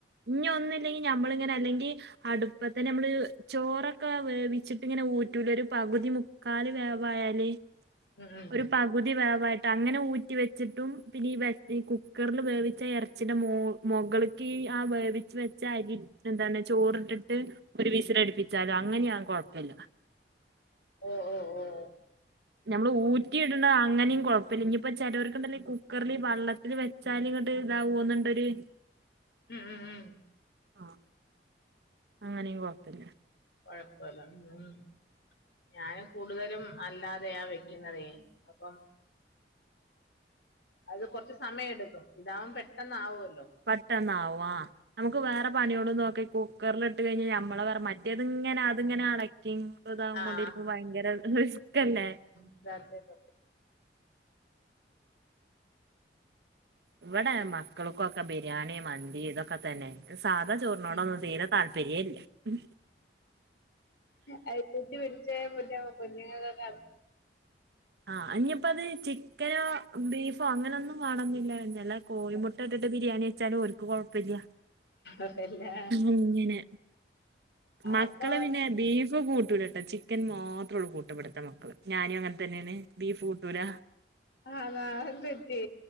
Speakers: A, on the right; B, on the left.
A: ഇഞ് ഒന്ന്ല്ലെങ്കി ഞമ്മള്ങ്ങനെ അല്ലെങ്കി അടുപ്പ തന്നെ നമ്മള് ചോറൊക്കെ വേവിച്ചിട്ട് ഇങ്ങനെ ഊറ്റൂലെ ഒരു പകുതി മു കാല് വേവായാല്
B: ഉം ഉം
A: ഒരു പ പകുതി വേവായിട്ട് അങ്ങനെ ഊറ്റി വെച്ചിട്ടും പിന്നെ ഈ കുക്കറിൽ വേവിച്ച എറച്ചിയുടെ മോവ് മുഗൾക്കി ആഹ് വേവിച്ച് വെച്ച അരി എന്താണ് ചോറിട്ടിട്ട് ഒരു വിസിലടിപ്പിച്ചാലും അങ്ങനെയാങ് കൊഴപ്പല്ല
B: ഓഹ് ഓഹ് ഓഹ്
A: ഞമ്മള് ഊറ്റി ഇട്ണ അങ്ങനെയും കൊഴപ്പില്ല ഇഞ്ഞിപ്പ ചെലോർക്കുണ്ടല്ലോ ഈ കുക്കറില് വെള്ള തില് വെച്ചാല് ഇങ്ങട്ട് ഇതാവോന്നുണ്ടൊരു
B: ഉം ഉം ഉം
A: ആഹ് അങ്ങനേം കൊഴപ്പില്ല
B: കൊഴപ്പയില്ല ഉം ഞാന് കൂടുതലും അല്ലാതെയാ വെ ക്കണതേ അപ്പം അത് കൊറച്ച് സമയെടുക്കും ഇതാവും പെട്ടെന്ന് ആവുവല്ലോ
A: പെട്ടെന്നാവും ആഹ് നമുക്ക് വേറെ പണിയോടും നോക്കി കുക്കറിലിട്ട് കഴിഞ്ഞാൽ ഞമ്മളെ വേറെ മറ്റേതിങ്ങനെ അതിങ്ങനെ അണ <inaudible>
B: ആഹ്
A: കൊണ്ടിരിക്കുമ്പ ഭയങ്കര റിസ്കല്ലെ
B: <unintelligible>
A: ഇവിടെ മക്കൾക്കൊക്കെ ബിരിയാണി മന്തി ഇതൊക്കെ തന്നെ സാധാ ചോറിനോടൊന്നും
B: ഉം
A: തീരെ താല്പര്യേ ഇല്ല ഉം
B: അത് കൂട്ടി പിടിച്ചെ <unintelligible> കുഞ്ഞുങ്ങക്കൊക്കെ
A: ആഹ് ഞ്ഞിപ്പോ അത് ചിക്കനോ ബീഫോ അങ്ങനൊന്നും വേണന്നില്ല എന്നാൽ
B: മതി
A: കോഴിമുട്ട ഇട്ടിട്ട് ബിരിയാണി വെച്ചാലും ഓൽക്ക് കൊഴപ്പയില്ല
B: അതേല്ലേ
A: അങ്ങിനെ മക്കള്
B: അപ്പൊ
A: പിന്നെ ബീഫ് കൂട്ടൂലട്ടോ ചി ചിക്കൻ മാത്രേള്ളൂ കൂട്ട ഇവട്ത്തെ മക്കള് ഞാനും അങ്ങനെ തന്നെയാണ് ബീഫ് കൂട്ടൂല
B: അതാ അഅതെന്തു പറ്റി